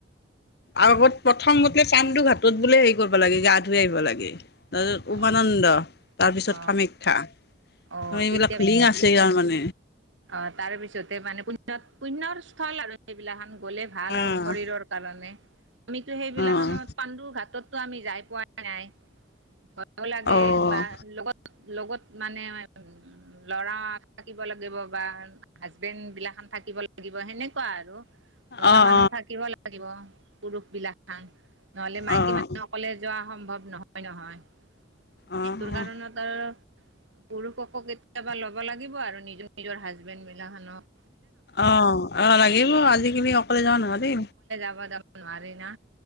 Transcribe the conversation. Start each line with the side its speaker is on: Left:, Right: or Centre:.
Left: আৰু
Right: অ
Left: আগত প্ৰথমতে চান্দু ঘাটত বোলে হেৰি কৰিব লাগে গা ধুই আহিব লাগে। তাৰপিছত উমানন্দ,
Right: অ
Left: তাৰপিছত
Right: অ
Left: কামাখ্যা
Right: অ
Left: এইবিলাক
Right: তেতিয়া
Left: লিং আছে ইয়াৰ মানে।
Right: অ তাৰ পিছতে মানে পুণ্য -পুণ্যৰ স্থল আৰু সেইবিলাখান। গ'লে ভাল
Left: অ',
Right: আৰু শৰীৰৰ কাৰণে। আমিতো সেইবিলাখনত
Left: অ',
Right: পাণ্ডুৰ ঘাটতো আমি যাই পোৱা নাই। যাব লাগে
Left: অ',
Right: বা লগত লগত মানে উ ল'ৰা থাকিব লাগিব বা হাজবেণ্ড বিলাসন থাকিব লাগিব সেনেকুৱা আৰু মতা
Left: অ', অ',
Right: মানুহ থাকিব লাগিব। পুৰুষ বিলাখান নহলে মাইকী
Left: অ',
Right: মানুহ অকলে যোৱা সম্ভৱ নহয়- নহয়।
Left: অ',
Right: সেইটোৰ কাৰণত অ পুৰুষকো কেতিয়াবা ল'ব লাগিব আৰু নিজৰ নিজৰ হাজবেণ্ড বিলাখানক
Left: অ, অ লাগিব। আজিকালি অকলে যাব নোৱাৰি।
Right: থবা যাব নোৱাৰে না।